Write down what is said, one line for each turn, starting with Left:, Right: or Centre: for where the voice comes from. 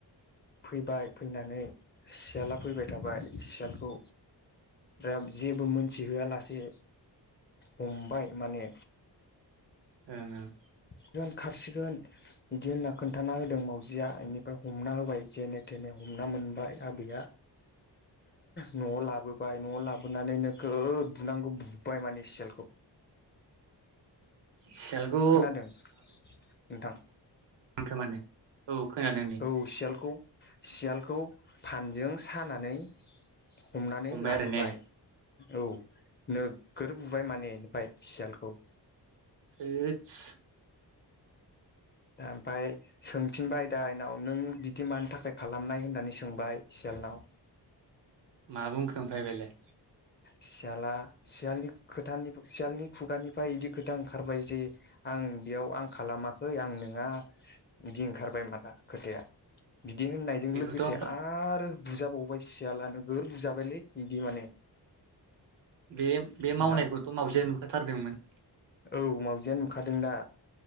Left: फैबाय फैनानै सियाला फैबाय थाबाय सियालखौ दा जेबो मोनथिहोआ लासे हमबाय माने
Right: ओं ओं
Left: हगोन खारसिगोन बिदि होनना खोन्थाना होदों मावजिया बेनिफ्राय हमना होबाय जेने थेने हम हमना मोनबाय आबै नआव लाबो नआव लाबो गुनानै नो गोद बुनांगौ बुबाय माने सेलखौ
Right: सियालखौ
Left: खोनादों नोंथां?
Right: खो मानो औ खोनादों नै।
Left: औ सियालखौ सियालखौ फानजों सानानै हमनानै
Right: हमबाय
Left: लाबोबाय
Right: आरो ने
Left: औ नो गोर बुबाय माने बेनिफ्राय सियालखौ।
Right: थैदस
Left: ओमफाय सोंफिनबाय दा एनाव। नों बिदि मानि थाखाय खालामनाय होननानै सोंबाय सियालनाव।
Right: मा बुंखो आमफाय बेलाय?
Left: सियाला सियालनि खोथानि सियालनि खुगानिफ्राय बिदि खोथा ओंखारबाय जे आं आं बेयाव आं खालामाखै आं नोङा इदि ओंखारबाय माला खोथाया। बिदि होननायजों
Right: बेखौथ'
Left: लोगोसे आ रो बुजाबावबाय सियाला नोगोर बुजाबायलै बिदि माने
Right: बे बे
Left: नोंथां
Right: मावनाय खौथ' मावजाया नुखा थारदोंमोन।
Left: औ मावजियानो नुखादों दा।